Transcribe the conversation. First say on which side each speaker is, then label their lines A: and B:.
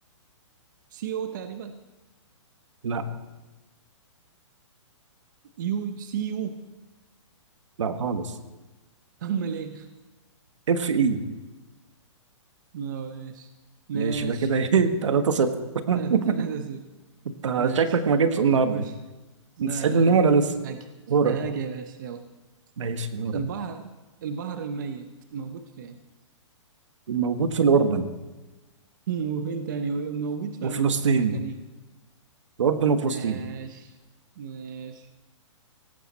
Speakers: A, on the right; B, on the right.
A: سي أو تقريبا
B: لا
A: يو سي يو
B: لا خالص
A: <laughs> أمال إيه
B: اف اي
A: آه، ماشي ماشي
B: ماشي ده كده ايه <laughs> 3 0 <laughs>
A: تل- تلاتة صفر
B: انت
A: ماشي
B: شكلك ما جيتش النهارده
A: خش لا
B: انت سعيد
A: لا
B: من
A: لا
B: النوم ولا لسه؟
A: هاجي
B: دورك
A: هاجي يا باشا يلا
B: ماشي دورك
A: البحر البحر الميت موجود فين؟ <laughs>
B: الموجود في الاردن
A: وفين تاني موجود في
B: وفلسطين
A: في مكان إيه؟
B: الاردن وفلسطين
A: ماشي ماشي